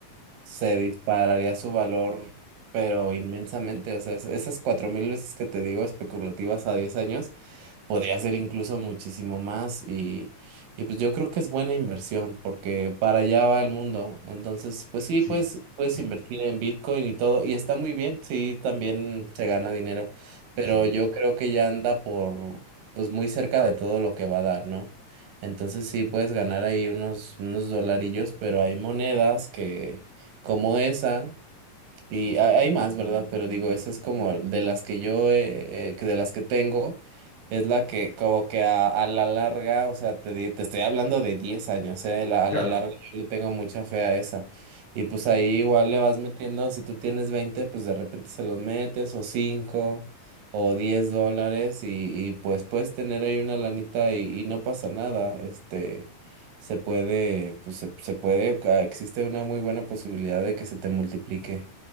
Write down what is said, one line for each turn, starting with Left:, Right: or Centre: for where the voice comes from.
Right: se dispararía su valor, pero inmensamente. O sea, es- esas cuatro mil veces que te digo especulativas a 10 años podría ser incluso muchísimo más y, y pues yo creo que es buena inversión porque para allá va el mundo. Entonces, pues sí,
Left: Sí,
Right: pues puedes
Left: sí,
Right: invertir en Bitcoin y todo y está muy bien, sí, también se gana dinero, pero
Left: sí.
Right: yo creo que ya anda por, pues muy cerca de todo lo que va a dar, ¿no? Entonces sí puedes ganar ahí unos, unos dolarillos, pero hay monedas que, como esa. Y ha- hay más, ¿verdad? Pero digo, esa es como de las que yo, eh, eh, que de las que tengo, es la que como que a, a la larga, o sea, te, di- te estoy hablando de 10 años, eh, la- a
Left: Claro.
Right: la larga yo le tengo mucha fe a esa. Y pues ahí igual le vas metiendo, si tú tienes 20 pues de repente se los metes, o 5 o 10 dólares, y, y pues puedes tener ahí una lanita y, y no pasa nada, este se puede, pues se, se puede, ca- existe una muy buena posibilidad de que se te multiplique.